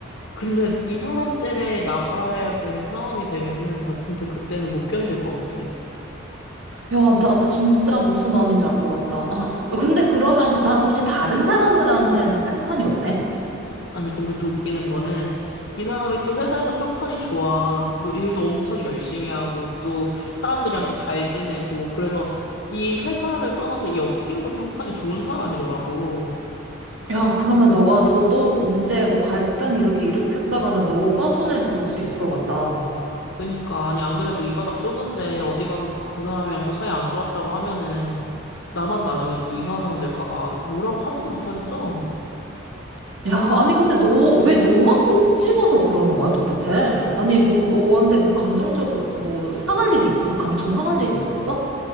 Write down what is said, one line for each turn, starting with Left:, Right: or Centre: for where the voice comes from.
Left: 근데 이 사람 때문에 나가야 되는 상황이 되면은 나 진짜 그때는 못 견딜 것 같아.
Right: 야, 나도 진짜 무슨 마음인지 알 것 같다. 아, 근데 그러면 그 사람 혹시 다른 사람들한테는 평판이 어때?
Left: 아니, 근데 또 웃기는 거는 이 사람이 또 회사에서 평판이 좋아. 뭐 일도 엄청 열심히 하고, 또 사람들이랑도 잘 지내고, 그래서 이 회사를 떠나서 이 업계에서 평판이 좋은 사람이더라고.
Right: 야, 그러면 너가 더더욱 문제, 뭐 갈등 이렇게 일으켰다가는 너가 손해를 볼 수 있을 것 같다.
Left: 그니까 아니 안 그래도 이 바닥 좁은데 어디 가서 그 사람이랑 또 사이 안 좋았다고 하면은 나만 나중에 또 이상한 사람 될까 봐 뭐라고 하지도 못하겠어.
Right: 야, 아니, 근데 너, 왜 너만 꼭 집어서 그러는 거야, 도대체? 아니, 뭐, 너한테 뭐, 감정적으로, 뭐, 상할 일이 있어서? 감정 상할 일이 있었어?